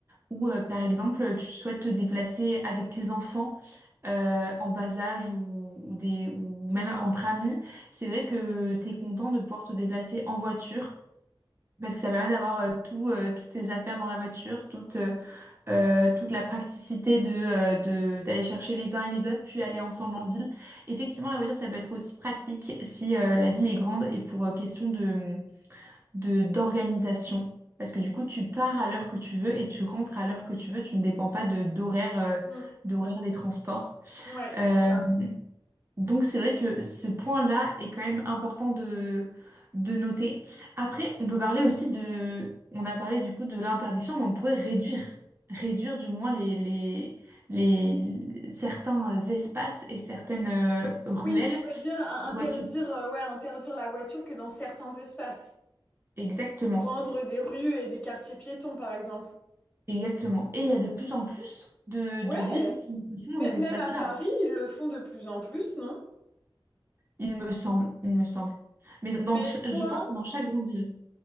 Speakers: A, on the right; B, on the left.
A: ou euh, par exemple, tu souhaites te déplacer avec tes enfants euh, en bas âge ou, ou des, ou même entre amis, c'est vrai que tu es content de pouvoir te déplacer en voiture, parce que ça permet d'avoir euh, tout, euh, toutes ces affaires dans la voiture, euh, toute la praticité de, euh, de- d'aller chercher les uns et les autres, puis aller ensemble en ville. Effectivement, la voiture, ça peut être aussi pratique si euh, la ville est grande et pour euh, question de, de- d'organisation. Parce que du coup, tu pars à l'heure que tu veux et tu rentres à l'heure que tu veux. Tu ne dépends pas de, d'horaire, euh,
B: Mm.
A: d'horaire des transports.
B: Ouais,
A: Euh,
B: c'est ça.
A: donc c'est vrai que ce point-là est quand même important de, de noter. Après, on peut parler aussi de... On a parlé du coup de l'interdiction, mais on pourrait réduire, réduire du moins les, les, les- certains espaces et certaines euh, ruelles
B: Oui, tu veux dire euh,
A: aux
B: interdire,
A: voitures.
B: euh, ouais, interdire la voiture que dans certains espaces.
A: Exactement,
B: Rendre des rues et des quartiers piétons, par exemple.
A: exactement. Et il y a de plus en plus de,
B: Ouais,
A: de villes qui qui font
B: mais
A: ces
B: même
A: espaces-là,
B: à Paris, ils le font de plus en plus, non?
A: il me semble, il me semble. Mais dans,
B: Mais
A: ch-
B: toi,
A: je pense que dans chaque grande ville.